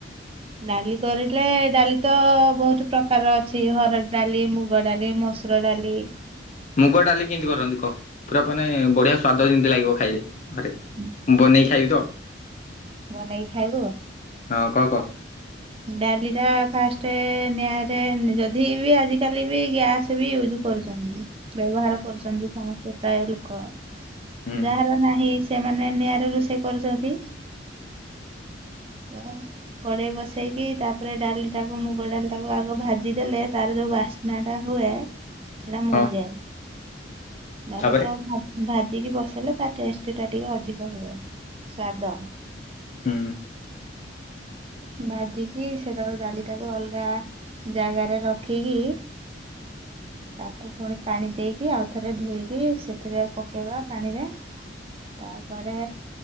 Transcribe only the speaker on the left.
ମୁଗ ଡାଲି କେମିତି କରନ୍ତି କହ ପୁରା ମାନେ ବଢିଆ ସ୍ୱାଦ ଯେମିତି ଲାଗିବ ଖାଇଲେ ଆରେ?
ବନେଇକି ଖାଇବି ତ?
ହଁ କହ କହ?
ହୁଁ
ହଁ
ତାପରେ
ହୁଁ
<inaudible>